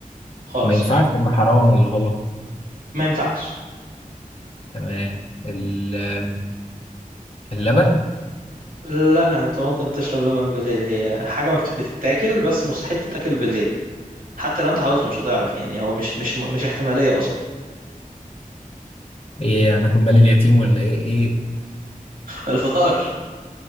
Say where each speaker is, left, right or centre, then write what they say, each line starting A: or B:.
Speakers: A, on the right; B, on the left.
A: خالص
B: ما ينفعش ولا حرام ولا غلط
A: ما ينفعش
B: تمام ال- أم، اللبن
A: لا انت ممكن تشرب لبن بالليل هي حاجة ما بت- بتتاكل بس مستحيل تتاكل بالليل حتى لو انت حاولت مش هتعرف يعني هو مش مش مش احتمالية اصلا
B: ايه هناكل مال اليتيم ولا ايه ايه
A: الفطار